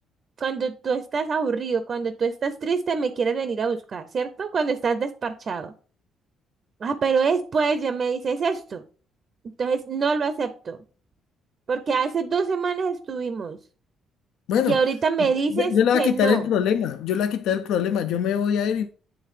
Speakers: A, on the right; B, on the left.
A: cuando tú estás aburrido, cuando tú estás triste, me quieres venir a buscar, ¿cierto? Cuando estás desparchado. Ah, pero después ya me dices esto. Entonces no lo acepto porque hace dos semanas estuvimos
B: Bueno,
A: y ahorita me
B: yo
A: dices
B: le voy
A: que
B: a quitar
A: no.
B: el problema, yo le voy a quitar el problema, yo me voy a ir